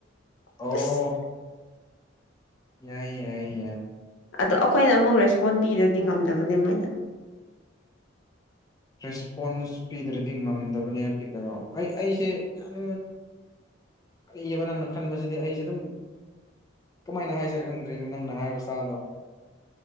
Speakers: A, on the left; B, on the left.
A: <unintelligible>
B: ꯑꯣ ꯌꯥꯏ ꯌꯥꯏ ꯌꯥꯏ
A: ꯑꯗꯣ ꯑꯈꯣꯏꯅ ꯑꯃꯨꯛ ꯔꯦꯁꯄꯣꯟ ꯄꯤꯔꯗꯤ ꯉꯝꯗꯕꯅꯦ ꯃꯣꯏꯅ
B: ꯔꯦꯁꯄꯣꯟꯁ ꯄꯤꯗ꯭ꯔꯗꯤ ꯉꯝꯗꯕꯅꯦ ꯍꯥꯏꯕꯗꯤ ꯀꯩꯅꯣ ꯑꯩ ꯑꯩꯁꯦ ꯌꯥꯝ ꯀꯩꯕ ꯅꯪꯅ ꯈꯟꯕꯁꯤꯗꯤ ꯑꯩꯁꯦ ꯑꯗꯨꯝ ꯀꯃꯥꯏꯅ ꯍꯥꯏꯁꯤꯔꯥ ꯈꯪꯗ꯭ꯔꯦꯅꯦ ꯅꯪꯅ ꯍꯥꯏꯕ ꯁ꯭ꯇꯥꯏꯜꯗꯣ